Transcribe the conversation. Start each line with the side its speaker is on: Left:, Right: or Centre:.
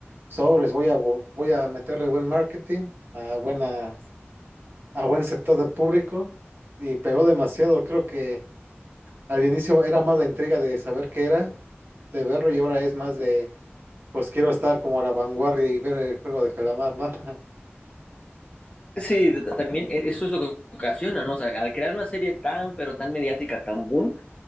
Right: sobres, voy a, bu- voy a meterle buen marketing, a, buena, a buen sector de público, y pegó demasiado. Creo que al inicio era más la intriga de saber qué era, de verlo, y ahora es más de, pues quiero estar como a la vanguardia y ver el Juego de Calamar, ¿no? <laughs>
Left: Sí, t- también e- eso es lo que ocasiona, ¿no? O sea, al crear una serie tan, pero tan mediática, tan boom,